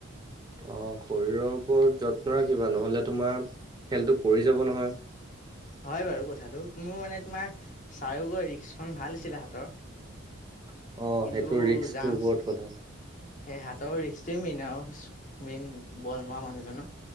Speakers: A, on the right; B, on the left.
A: অ', শৰীৰৰ ওপৰত যত্ন ৰাখিবা নহ'লে তোমাৰ খেলতটো পৰি যাব নহয়।
B: হয় বাৰু কথাটো মোৰ মানে তোমাৰ চাৰগৈ ৰিস্কখন ভাল আছিলে হাতৰ।
A: অ',
B: কিন্তু
A: সেইটো ৰিস্কটো
B: জাম্পছ
A: ওপৰত কথা।
B: সেই হাতৰ ৰিক্সটোৱে মেইন আৰু মেইন বল মৰা মানুহজনৰ